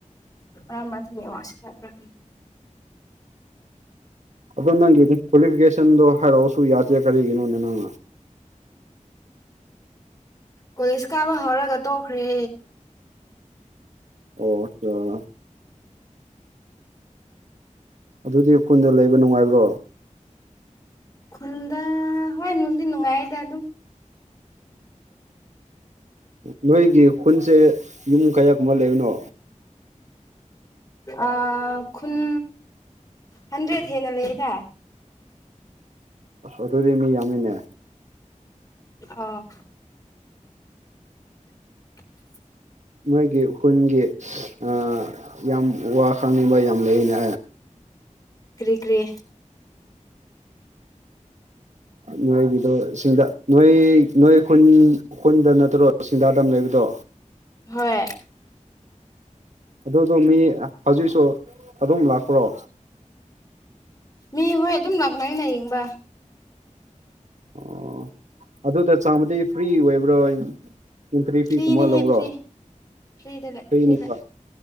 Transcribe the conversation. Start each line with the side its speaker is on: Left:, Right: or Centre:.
Left: <unintelligible>
Right: ꯑꯗꯣ ꯅꯪꯒꯤ ꯀ꯭ꯋꯥꯂꯤꯐꯤꯀꯦꯁꯟꯗꯣ ꯍꯥꯏꯔꯛꯑꯁꯨ ꯌꯥꯗꯦ ꯀꯔꯤꯒꯤꯅꯣꯅꯦ ꯅꯪꯅ
Left: ꯀꯣꯂꯦꯖ ꯀꯥꯕ ꯍꯧꯔꯒ ꯇꯣꯛꯈ꯭ꯔꯦ
Right: ꯑꯣ ꯆꯥ ꯑꯗꯨꯗꯤ ꯈꯨꯨꯟꯗ ꯂꯩꯕ ꯅꯨꯡꯉꯥꯏꯕ꯭ꯔꯣ
Left: ꯈꯨꯟꯗ ꯍꯣꯏ ꯅꯨꯡꯗꯤ ꯅꯨꯡꯉꯥꯏꯌꯦꯗ ꯑꯗꯨꯝ
Right: ꯅꯣꯏꯒꯤ ꯈꯨꯟꯁꯦ ꯌꯨꯝ ꯀꯌꯥ ꯀꯨꯝꯕ ꯂꯩꯕꯅꯣ
Left: ꯑꯥ ꯈꯨꯟ ꯍꯗ꯭ꯔꯦꯗ ꯍꯦꯟꯅ ꯂꯩꯌꯦꯗ
Right: ꯑꯁ ꯑꯗꯨꯗꯤ ꯃꯤ ꯌꯥꯝꯃꯤꯅꯦ
Left: ꯑꯥꯎ <inaudible>
Right: ꯅꯣꯏꯒꯤ ꯈꯨꯟꯒꯤ ꯑ ꯌꯥꯝ ꯋꯥ ꯈꯪꯅꯤꯡꯕ ꯌꯥꯝ ꯂꯩꯅꯦ
Left: ꯀ꯭ꯔꯤ ꯀ꯭ꯔꯤ
Right: ꯅꯣꯏꯒꯤꯗꯣ ꯁꯤꯡꯗ ꯅꯣꯏ ꯅꯣꯏ ꯈꯨꯟ ꯈꯨꯟꯗ ꯅꯠꯇ꯭ꯔꯣ ꯁꯤꯡꯗꯥ ꯗꯥꯝ ꯂꯩꯕꯗꯣ
Left: ꯍꯣꯏ
Right: ꯑꯗꯨꯗꯣ ꯃꯤ ꯍꯧꯖꯤꯛꯁꯨ ꯑꯗꯨꯝ ꯂꯥꯛꯄ꯭ꯔꯣ
Left: ꯃꯤ ꯍꯣꯏ ꯑꯗꯨꯝ ꯂꯥꯛꯅꯩꯅ ꯌꯦꯡꯕ
Right: ꯑꯣ ꯑꯗꯨꯗ ꯆꯥꯃꯗꯤ ꯐ꯭ꯔꯤ ꯑꯣꯏꯕ꯭ꯔꯣ ꯑꯦꯟꯇ꯭ꯔꯤ ꯐꯤꯒꯨꯝꯕ
Left: ꯐ꯭ꯔꯤꯅꯦꯍꯦ
Right: ꯂꯧꯕ꯭ꯔꯣ
Left: ꯐ꯭ꯔꯤ ꯐ꯭ꯔꯤꯗ ꯂꯩ
Right: ꯐ꯭ꯔꯤꯅꯤꯕ
Left: ꯐ꯭ꯔꯤ ꯂꯩ